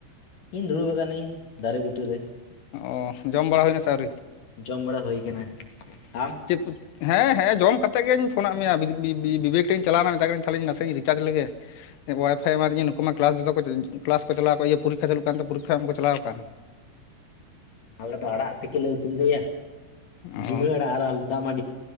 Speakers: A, on the left; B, on the left.
A: ᱤᱧ ᱫᱩᱲᱩᱵ ᱠᱟᱱᱤᱧ ᱫᱟᱨᱮ ᱵᱩᱴᱟᱹ ᱨᱮ ᱾
B: ᱚ ᱡᱚᱢ ᱵᱟᱲᱟ ᱦᱩᱭᱱᱟ ᱥᱮ ᱟᱣᱨᱤ?
A: ᱡᱚᱢ ᱵᱟᱲᱟ ᱦᱩᱭ ᱟᱠᱟᱱᱟ ᱟᱢ
B: ᱪᱮᱯᱼᱼ ᱦᱮᱸ ᱦᱮᱸ ᱡᱚᱢ ᱠᱟᱛᱮᱫ ᱜᱤᱧ ᱯᱷᱳᱱ ᱟᱫ ᱢᱮᱭᱟ ᱵᱤᱵᱮᱠ ᱴᱷᱮᱱᱤᱧ ᱪᱟᱞᱟᱣ ᱮᱱᱟ ᱢᱮᱛᱟᱭ ᱠᱟᱹᱱᱟᱹᱧ ᱛᱟᱦᱞᱮ ᱱᱟᱥᱮᱧ ᱨᱤᱪᱟᱨᱡᱽ ᱞᱮᱜᱮ ᱾ ᱮ ᱚᱣᱟᱭ ᱯᱷᱟᱭ ᱮᱢᱟ ᱫᱤᱧᱟᱹ ᱱᱩᱠᱩᱢᱟ ᱠᱞᱟᱥ ᱡᱚᱛᱚ ᱠᱚ ᱠᱞᱟᱥ ᱠᱚ ᱪᱟᱞᱟᱣ ᱟᱠᱟᱱ ᱤᱭᱟᱹ ᱯᱚᱨᱤᱠᱠᱷᱟ ᱪᱟᱞᱩᱜ ᱠᱟᱱ ᱛᱮ ᱯᱚᱨᱤᱠᱠᱷᱟ ᱮᱢ ᱠᱚ ᱪᱟᱞᱟᱣ ᱟᱠᱟᱱ ᱾
A: ᱟᱞᱮ ᱫᱚ ᱟᱲᱟᱜ ᱛᱮᱠᱮ ᱞᱮ ᱩᱛᱩ ᱞᱮᱫᱟᱭᱟ ᱾
B: ᱚ
A: ᱡᱷᱤᱢᱟᱹ ᱟᱲᱟᱜ ᱟᱨ ᱟᱞᱩ ᱫᱟᱜ ᱢᱟᱼᱼ